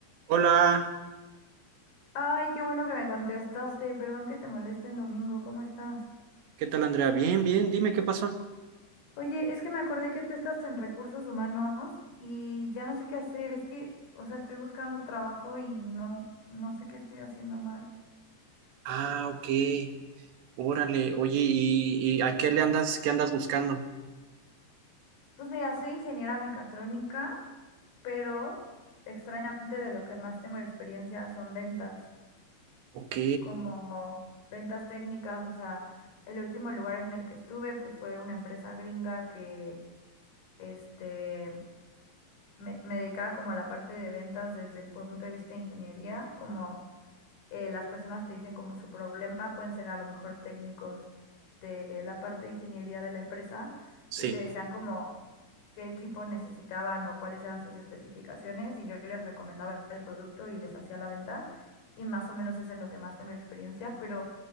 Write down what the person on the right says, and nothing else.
Hola,
¿qué tal Andrea? Bien, bien, dime qué pasó.
Ah, ok, órale, oye, ¿y, y a qué le andas, qué andas buscando?
Ok,
sí.